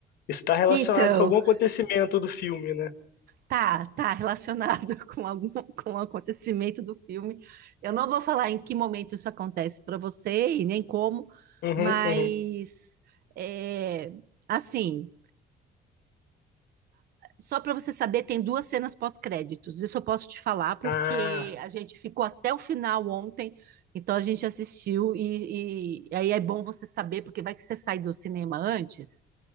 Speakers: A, on the left; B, on the right.
A: Isso está relacionado
B: Então,
A: com algum acontecimento do filme, né?
B: tá, tá relacionado <laughs> com algum com o acontecimento do filme. Eu não vou falar em que momento isso acontece para você e nem como,
A: Uhum,
B: mas
A: uhum.
B: é, assim. Só para você saber, tem duas cenas pós-créditos. Isso eu posso te falar porque
A: Ah,
B: a gente ficou até o final ontem, então a gente assistiu e, e aí é bom você saber porque vai que você sai do cinema antes